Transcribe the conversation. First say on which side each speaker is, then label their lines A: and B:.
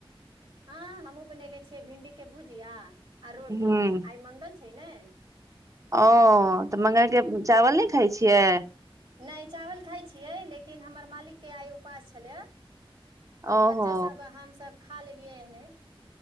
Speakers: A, on the right; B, on the right.
A: हँ हमहूँ बननेे छियै भिंडी के भुजिया। आ रोटी
B: ह
A: आइ मंगल छै। छै ने
B: ओ
A: हम्म,
B: तऽ मंगलके। चावल नहि खाइ छियै
A: नहि चावल खाइ छियै लेकिन हमर मालिकके आइ उपास छलै एा तऽ
B: ओहो
A: बच्चा सब हम सभ खा लेलियै एहने